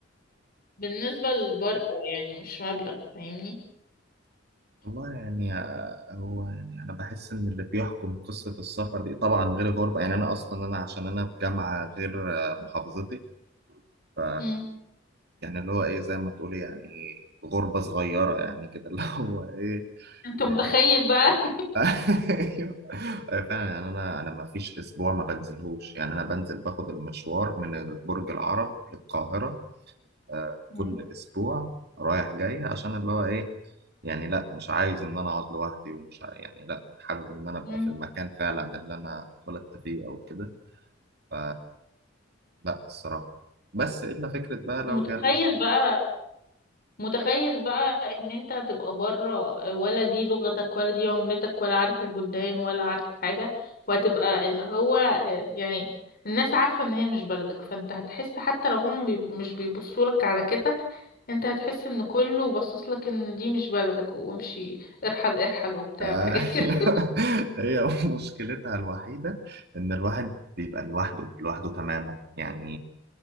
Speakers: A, on the left; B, on the right.
A: بالنسبة لبره يعني مش مبلغ فاهمني
B: والله يعني هو يعني انا بحس ان اللي بيحكم قصة السفر دي طبعا غير الغربة يعني انا اصلا انا عشان انا في جامعة غير محافظتي ف
A: مم.
B: يعني اللي هو ايه زي ما تقولي يعني غربة صغيرة يعني كده <laughs> اللي هو ايه
A: انت
B: <laughs>
A: متخيل بقى
B: ايوه أيوة فعلا يعني انا انا ما فيش اسبوع ما بنزلهوش يعني انا بنزل باخد المشوار من برج العرب للقاهرة آه،
A: <laughs> مم.
B: كل اسبوع رايح جاي عشان اللي هو ايه يعني لا مش عايز ان انا اقعد لوحدي ومش ع- يعني لا حابب ان انا ابقى
A: مم.
B: في المكان فعلا اللي انا اتولدت فيه او كده ف لا الصراحة بس الا فكرة بقى لو
A: متخيل
B: جالي
A: بقى متخيل بقى ان انت هتبقى بره ولا دي لغتك ولا دي عملتك ولا عارف البلدان ولا عارف حاجة وهتبقى اللي هو يعني الناس عارفة ان هي مش بلدك فانت هتحس حتى لو هم بي مش بيبصولك على كده انت هتحس ان كله باصصلك ان دي مش بلدك وامشي ارحل ارحل وبتاع
B: آه،
A: وحاجات كده
B: <laughs> هي مشكلتها الوحيدة إن الواحد بيبقى لوحده لوحده تماما يعني